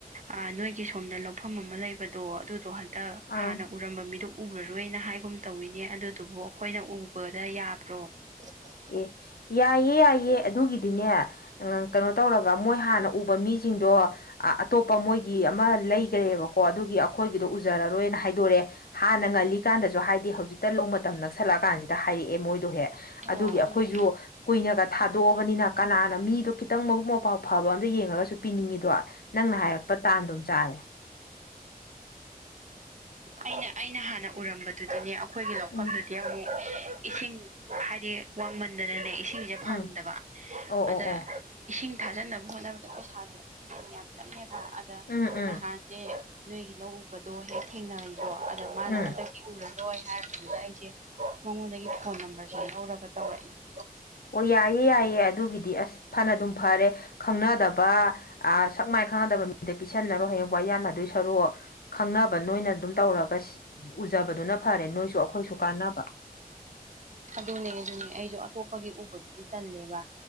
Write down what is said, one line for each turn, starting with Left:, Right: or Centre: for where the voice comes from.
Right: ꯑ ꯅꯣꯏꯒꯤ ꯁꯣꯝꯗ ꯂꯧꯐꯝ ꯑꯃ ꯂꯩꯕꯗꯣ ꯑꯗꯨꯗꯣ ꯍꯟꯇꯛ
Left: ꯑꯥ
Right: ꯍꯥꯟꯅ ꯎ ꯎꯔꯝꯕ ꯃꯤꯗꯨ ꯎꯔꯔꯣꯏꯅ ꯍꯥꯏꯒꯨꯝ ꯇꯧꯋꯤꯅꯦ ꯑꯗꯨꯗꯨꯕꯨ ꯑꯩꯈꯣꯏꯅ ꯎꯕꯗ ꯌꯥꯕ꯭ꯔꯣ <unintelligible>
Left: ꯑꯦ ꯌꯥꯏꯌꯦ ꯌꯥꯏꯌꯦ ꯑꯗꯨꯒꯤꯗꯤꯅꯦ ꯑꯥ ꯀꯩꯅꯣ ꯇꯧꯔꯒ ꯃꯣꯏ ꯍꯥꯟꯅ ꯎꯕ ꯃꯤꯁꯤꯡꯗꯣ ꯑꯇꯣꯞꯄ ꯃꯣꯏꯒꯤ ꯑꯃ ꯂꯩꯈ꯭ꯔꯦꯕꯀꯣ ꯑꯗꯨꯒꯤ ꯑꯩꯈꯣꯏꯒꯤꯗꯣ ꯎꯖꯔꯔꯣꯏꯅ ꯍꯥꯏꯗꯣꯔꯛꯑꯦ ꯍꯥꯟꯅ ꯉꯜꯂꯤ ꯀꯥꯟꯗꯁꯨ ꯍꯥꯏꯗꯦ ꯍꯧꯖꯤꯛꯇ ꯂꯧ ꯃꯇꯝ ꯅꯛꯁꯜꯂꯛꯑ ꯀꯥꯟꯁꯤꯗ ꯍꯥꯏꯔꯛꯑꯦ ꯃꯣꯏꯗꯣꯍꯦ
Right: ꯍꯣ
Left: ꯑꯗꯨꯒꯤ
Right: ꯑꯗꯨꯅꯦ
Left: ꯑꯩꯈꯣꯏꯁꯨ ꯀꯨꯏꯅꯒ ꯊꯥꯗꯣꯛꯑꯕꯅꯤꯅ ꯀꯅꯥꯅ ꯃꯤꯗꯣ ꯈꯤꯇꯪ ꯃꯕꯨꯛ ꯃꯄꯥꯎ ꯐꯕ ꯑꯃꯇ ꯌꯦꯡꯉꯒꯁꯨ ꯄꯤꯅꯤꯡꯉꯤꯗꯣ ꯅꯪꯅ ꯍꯥꯏꯔꯛꯄ ꯇꯥꯟꯗꯨꯝ ꯆꯥꯔꯦ
Right: ꯑꯩꯅ ꯑꯩꯅ ꯍꯥꯟꯅ ꯎꯔꯝꯕꯗꯨꯗꯤꯅꯦ ꯑꯩꯈꯣꯏꯒꯤ ꯂꯧꯐꯝꯗꯨꯗꯤ
Left: ꯎꯝ
Right: ꯑꯃꯨꯛ ꯏꯁꯤꯡ ꯍꯥꯏꯗꯤ ꯋꯥꯡꯃꯟꯗꯅꯅꯦ ꯏꯁꯤꯡꯁꯦ
Left: ꯎꯝ
Right: ꯐꯪꯗꯕ
Left: ꯑꯣ
Right: ꯑꯗ
Left: ꯑꯣ ꯑꯣ
Right: ꯏꯁꯤꯡ ꯊꯥꯖꯟꯅꯕ ꯍꯣꯠꯅꯕꯗ ꯄꯩꯁꯥꯁꯦ ꯑꯗꯨꯗꯒꯤꯗꯤ ꯌꯥꯝ ꯆꯪꯉꯦꯕ ꯑꯗ
Left: ꯎꯝ ꯎꯝ
Right: ꯅꯍꯥꯟ ꯅꯦ ꯅꯣꯏꯒꯤ ꯂꯧ ꯎꯕꯗꯣ ꯍꯦꯛ ꯊꯦꯡꯅꯩꯕ ꯑꯗ ꯃꯥꯅ
Left: ꯎꯝ
Right: ꯍꯟꯗꯛ ꯎꯔꯔꯣꯏ ꯍꯥꯏꯔꯛꯄꯗꯨꯗ ꯑꯩꯁꯦ ꯃꯉꯣꯟꯗꯒꯤ ꯐꯣꯟ ꯅꯝꯕꯔꯁꯦ ꯂꯧꯔꯒ ꯇꯧꯔꯛꯏꯅꯦ
Left: ꯑꯣ ꯌꯥꯏꯌꯦ ꯌꯥꯏꯌꯦ ꯑꯗꯨꯒꯤꯗꯤ ꯑꯁ ꯐꯅ ꯗꯨꯝ ꯐꯔꯦ ꯈꯪꯅꯗꯕ ꯑ ꯁꯛ ꯃꯥꯏ ꯈꯪꯅꯗꯕ ꯃꯤꯗ ꯄꯤꯁꯟꯅꯔꯣ ꯍꯌꯦꯡ ꯋꯥ ꯌꯥꯝꯅꯗꯣꯏ ꯁꯔꯨꯛ ꯈꯪꯅꯕ ꯅꯣꯏꯅ ꯑꯗꯨꯝ ꯇꯧꯔꯒ ꯎꯖꯕꯗꯨꯅ ꯐꯔꯦ ꯅꯣꯏꯁꯨ ꯑꯩꯈꯣꯏꯁꯨ ꯀꯥꯟꯅꯕ
Right: ꯑꯗꯨꯅꯦ ꯑꯗꯨꯅꯦ ꯑꯩꯁꯨ ꯑꯇꯣꯞꯄꯒꯤ ꯎꯕꯗꯨꯗꯤ ꯇꯜꯂꯦꯕ